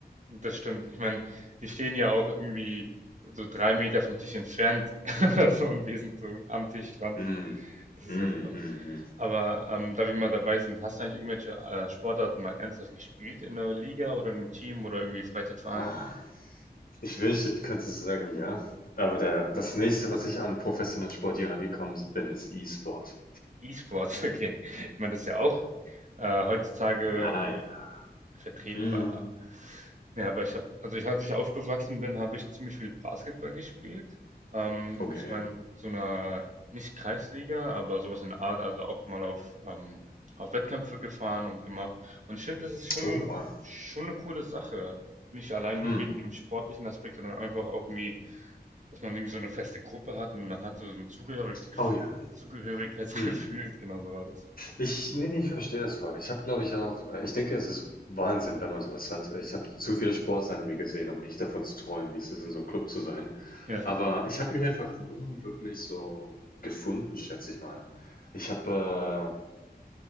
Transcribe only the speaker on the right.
Das stimmt. Ich meine, die stehen ja auch irgendwie so drei Meter vom Tisch entfernt <laughs> oder so und wir sind so am Tisch dran.
Das ist
krass. Aber
aber ähm, da wir mal dabei sind, hast du eigentlich irgendwelche äh, Sportarten mal ernsthaft gespielt in einer Liga oder in einem Team oder irgendwie Freizeitverein?
E-Sports, <laughs> okay. Ich meine, das ist ja auch äh, heutzutage
äh, vertretbar.
Ja, aber ich habe, also ich, als ich aufgewachsen bin, habe ich ziemlich viel Basketball gespielt. Ähm,
zwar in so einer, nicht Kreisliga, aber sowas in der Art, also auch mal auf, ähm, auf Wettkämpfe gefahren und gemacht. Und ich finde, das ist schon,
schon eine coole Sache. Nicht allein
nur wegen dem sportlichen Aspekt, sondern einfach auch irgendwie, dass man irgendwie so eine feste Gruppe hat und man hat so ein Zugehörigkeitsgefühl,
Zugehörigkeitsgefühl,
<laughs> genau so war das.
Ja.